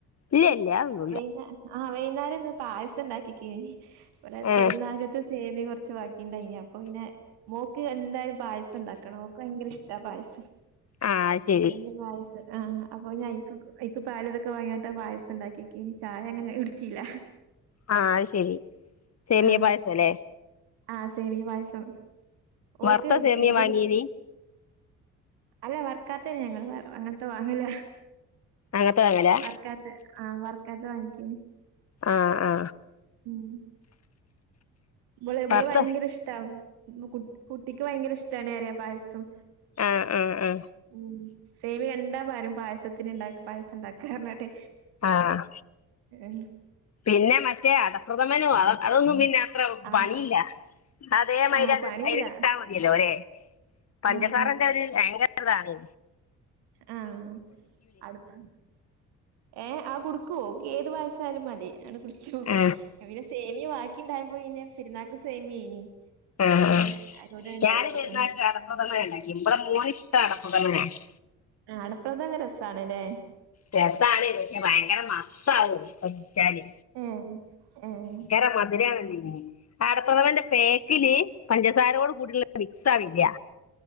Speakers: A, on the left; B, on the right.
A: ഇല്ല ഇല്ല അതൊന്നുല്ല
B: വൈന്നാരാ ആഹ് വൈകുന്നേരംന്ന് പായസം ഉണ്ടാക്കിക്കെനി ഇടെ
A: ഏഹ്
B: പെരുന്നാക്കത്തെ സേമി കുറച്ച് ബാക്കിണ്ടായിനി അപ്പൊ പിന്നെ മോൾക്ക് എ ന്തായാലും പായസംണ്ടാക്കണം ഓൾക്ക് ഭയങ്കരഷ്ട ട്ടാ പായസം
A: ആഹ് അത് ശരി
B: അപ്പൊ ഇഞ്ഞ് പായസ് ആഹ് അപ്പൊ ഇഞയ്ക്ക് ക്ക് അയ്ക്ക് പാലടക്കെ വാങ്ങിയാട്ട് അത് പായസ് ഉണ്ടാക്കിക്കിനി ചായ അങ്ങനെ ഇട്ച്ചില.
A: ആ അത് ശെരി സേമിയ
B: ആ
A: പായസം അല്ലേ
B: ആ സേമിയ പായസം
A: വറുത്ത
B: ഓക്കെ ഓക്കേ
A: സേമിയ
B: <unintelligible>
A: വാങ്ങീനി
B: അല്ല വർക്കാത്തന്ന ഞങ്ങള് അങ്ങനത്തെ വാങ്ങില
A: അങ്ങനത്തെ വാങ്ങലാ
B: വർക്കാത്ത് ആ വർ ത്ത വാങ്ങേക്കേനി
A: ആ ആ
B: ഉം ഇവള എബള
A: വറുത്ത
B: ഭയങ്കര ഇഷ്ടാവ് കുട്ട് കുട്ടിക്ക് ഭയങ്കര ഇഷ്ട്ടാണ് എരേ പായസം
A: ആ ആ ആ
B: ഉം സേമി കണ്ടാ പരും പായസത്തി ത്തിലിണ്ടക്ക് പായസ എണ്ടാക്ക് എർനട്ട്
A: ആഹ്
B: ഏ
A: പിന്നെ മറ്റേ അടപ്രഥമനോ അത അതൊന്നും പിന്ന അത്ര
B: ആഹ്
A: പണിയില്ല അതേ മാതിരി
B: ആഹ്
A: അത്
B: പണിയില്ല
A: അതി കിട്ടാ മതിയല്ലോ അല്ലെ പഞ്ചസാരക്കെ
B: ആഹ്
A: അയിൽ ഭയങ്കരിതാണ്
B: ആ അടുത് ഏ ആ കൊടുക്കൊ ആ ഏത് പായസാലും മതി ടിച്ചും
A: ആ
B: ഞാ പിന്ന സെമിയ ബാക്കിണ്ടായപ്പോ പിന്നെ പെരുന്നാക്ക് സേമിയേനി
A: ആ
B: പിന്നെ
A: ആ
B: അതോടെ ഇണ്ടാക്കി
A: ഞാന് പെരുന്നാൾക്ക്
B: ഉം
A: അടപ്രഥമനാ ഇണ്ടാക്കി ഇവടെ മോൻ ഇഷ്ടം അടപ്ര <unintelligible>
B: ആ അടപ്രധാന രസ് സാണ് ല്ലേ
A: രസാണ് പക്ഷെ ഭയങ്കര മസ്‌താവു ചാല്
B: ഏഹ് ഏഹ്
A: ങ്കര മധുരാണല്ലി ഉം അടപ്രഥമന്റെ പേക്കില് പഞ്ചസാരോട് കൂടിള്ള മിക്സ് ആവില്ല്യ